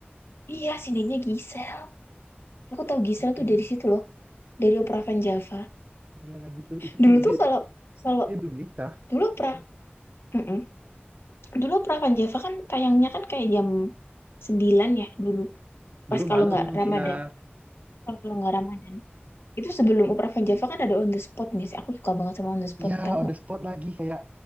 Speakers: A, on the left (about 80°); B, on the right (about 40°).
A: Iya, sininya Gisel. Aku tahu Gisel
B: Iya kan?
A: tuh dari situ loh, dari Opravan Java.
B: Iya lagi tuh. Itu
A: Dulu
B: di-
A: tuh
B: dia,
A: kalau kalau
B: dia belum nikah.
A: Dulu pra, mm-mm. Dulu Prakan Java kan tayangnya kan kayak jam 9 ya dulu. Pas
B: Dulu
A: kalau
B: malam
A: nggak Ramadan,
B: ya.
A: kalau nggak Ramadan. Itu sebelum Prapanjava kan ada on the spot nih sih. Aku suka banget sama on the spot,
B: Iya
A: tau
B: on
A: nggak?
B: the spot lagi kayak.